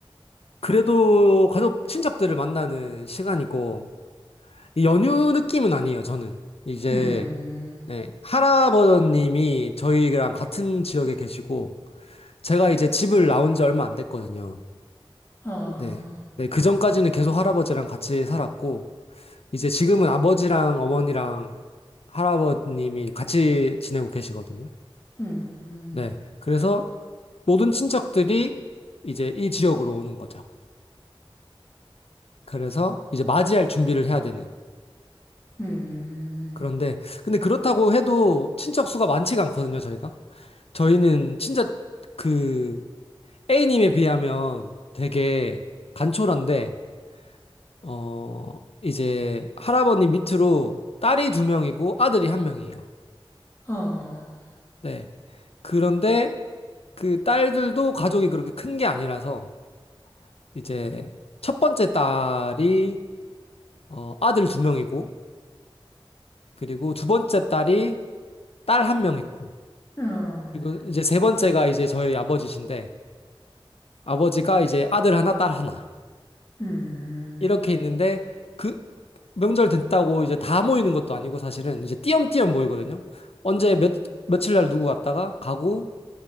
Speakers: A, on the left (about 85°); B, on the left (about 25°).
A: 그래도 가족, 친척들을 만나는 시간이고, 이 연휴 느낌은 아니에요, 저는. 이제,
B: 음,
A: 네, 할아버님이 저희랑 같은 지역에 계시고, 제가 이제 집을 나온 지 얼마 안 됐거든요.
B: 아,
A: 네. 네, 그 전까지는 계속 할아버지랑 같이 살았고, 이제 지금은 아버지랑 어머니랑 할아버님이 같이 지내고 계시거든요.
B: 음,
A: 네. 그래서 모든 친척들이 이제 이 지역으로 오는 거죠. 그래서 이제 맞이할 준비를 해야 되는.
B: 음,
A: 그런데, 근데 그렇다고 해도 친척 수가 많지가 않거든요, 저희가. 저희는 진짜 그 A님에 비하면 되게 간촐한데, 어, 이제 할아버님 밑으로 딸이 두 명이고 아들이 한 명이에요.
B: 아.
A: 네. 그런데 그 딸들도 가족이 그렇게 큰 게 아니라서 이제 첫 번째 딸이 어, 아들 두 명이고, 그리고 두 번째 딸이 딸 한 명 있고,
B: 음, 어,
A: 그리고 이제
B: 어,
A: 세 번째가 이제 저희 아버지신데, 아버지가 이제 아들 하나, 딸 하나.
B: 음.
A: 이렇게 있는데 그 명절 됐다고 이제 다 모이는 것도 아니고 사실은 이제 띄엄띄엄 모이거든요. 언제 몇 며칠 날 누구 왔다가 가고